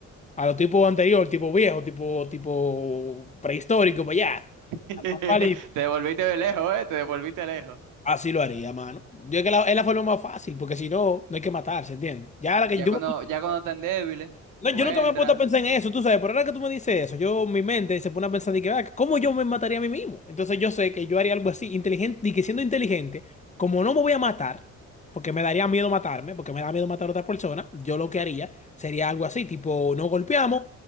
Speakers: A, on the left; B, on the right.
A: A los tipos anteriores, tipo viejo, tipo, tipo prehistórico, pues ya.
B: <laughs>
A: Vale,
B: Te devolviste de lejos, ¿eh? Te devolviste lejos.
A: así lo haría, mano. Yo creo que la- es la forma más fácil, porque si no, no hay que matarse, ¿entiendes? Ya ahora que
B: Ya
A: yo,
B: cuando,
A: me pu-
B: ya cuando están débiles,
A: no,
B: tú
A: yo nunca
B: entras.
A: me he puesto a pensar en eso, tú sabes, pero ahora que tú me dices eso, yo, mi mente se pone a pensar de que, ah, ¿cómo yo me mataría a mí mismo? Entonces yo sé que yo haría algo así, inteligente, y que siendo inteligente, como no me voy a matar, porque me daría miedo matarme, porque me da miedo matar a otra persona, yo lo que haría sería algo así, tipo, no golpeamos,